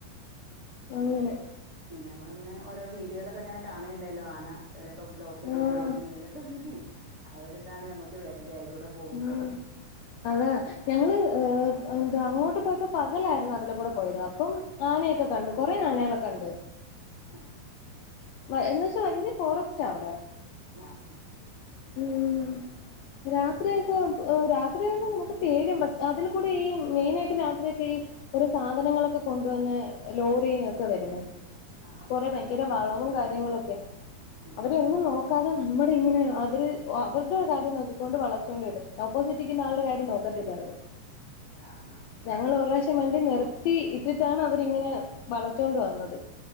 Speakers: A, on the left; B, on the right.
A: അങ്ങനെ
B: പിന്നെ ഞമ്മളിങ്ങനെ ഓരോ വീഡിയോയിലൊക്കെ ഇങ്ങനെ കാണണുണ്ടല്ലോ ആന ഇങ്ങനൊക്കെ ബ്ലോക്ക് ആയിട്ട്
A: ആഹ്
B: വണ്ടീന്റെ മുന്നിലൊക്കെ വന്ന് ആഹ് ഒരു ഇതാണ് ഞമ്മക്ക് വരല് അയിലൂടെ പോകുമ്പോ
A: ഉം അത് ഞങ്ങള് ഏ എന്താ അങ്ങോട്ട് പോയപ്പോ പകലായിരുന്നു അതിലെ കൂടെ പോയത് അപ്പം ആനയൊക്കെ
B: ആഹ്
A: കണ്ട്
B: ആഹ്
A: കൊറേ ആനകളെ കണ്ടു
B: ആഹ് ഉം
A: എന്ന് വെച്ചാ വല്യയ ഫോറസ്റ്റാ അവിടെ
B: ആഹ് ആഹ് ആഹ്
A: ഉം രാത്രിയൊക്കെ രാത്രി യാത്ര നമുക്ക് പേടിയാവും അതിൽ കൂടെ ഈ മെയിനായിട്ട് രാ ത്രി ഓരോ സാധനങ്ങളൊക്കെ കൊണ്ടുവന്ന് ലോറി ഒക്കെയാ വരുന്നേ
B: ആഹ്
A: കൊറെ ഭയ ങ്കര വളവും കാര്യങ്ങളൊക്കെ
B: ഉം
A: അവരൊന്നും
B: ഉം
A: നോക്കാതെ നമ്മുടെ ഇങ്ങനെ അ വര് അവരുടെ
B: ഉം
A: കാര്യം നോക്കിക്കോണ്ട് വളച്ചോണ്ട്‌ വരും ഓപ്പോസിറ്റ് നിക്കുന്ന ആളുടെ കാര്യം നോക്കത്തില്ല അവര്
B: ആഹ് ആഹ്
A: ഞങ്ങള്
B: അതെ
A: ഒരു പ്രാവശ്യം വണ്ടി നിർ ത്തി ഇട്ടിട്ടാണ് അവരിങ്ങനെ വളച്ചോണ്ട് വന്നത്